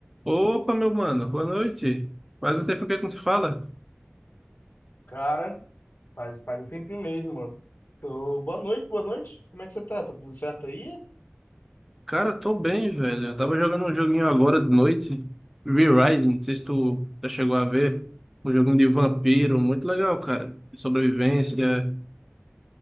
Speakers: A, in the centre; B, on the left (about 50°).
A: Opa, meu mano, boa noite. Faz um tempo que a gente não se fala.
B: Cara, faz, faz um tempinho mesmo, mano. Ô, boa noite, boa noite. Como é que você tá? Tá tudo certo aí?
A: Cara, tô bem, velho. Eu tava jogando um joguinho agora de noite, V-Rising, não sei se tu já chegou a ver. Um joguinho de vampiro, muito legal, cara. De sobrevivência.